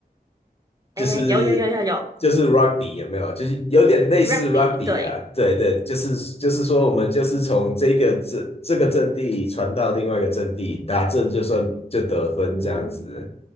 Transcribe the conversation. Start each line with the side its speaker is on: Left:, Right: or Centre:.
Left: 就是就是
Right: 诶，有有有有有
Left: rugby 有没有？就是有点类似
Right: ，rugby
Left: rugby
Right: 对，
Left: 啊，对对，就是就是说我们就是从这个这这个阵地传到另外一个阵地，打阵就算就得分这样子。
Right: 嗯